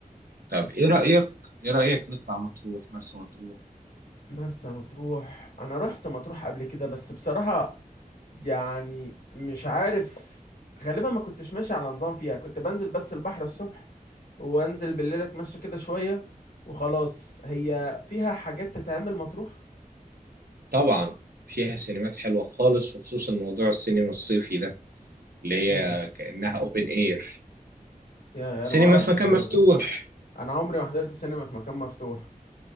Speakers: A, on the right; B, on the left.
A: طب إيه رأيك إيه رأيك نطلع مطروح مرسى مطروح
B: مرسى مطروح انا رحت مطروح قبل كده بس بصراحة يعني مش عارف غالبا ما كنتش ماشي على نظام فيها كنت بنزل بس البحر الصبح وانزل بالليل اتمشى كده شوية وخلاص هي فيها حاجات تتعمل مطروح
A: طبعا فيها سينمات حلوة خالص وخصوصا موضوع السينما الصيفي ده اللي
B: ايه
A: هي
B: ده
A: كأنها أوبن إير
B: يا
A: سينما
B: انا ما اعرفش
A: في مكان
B: الموضوع
A: مفتوح
B: ده انا عمري ما حضرت سينما في مكان مفتوح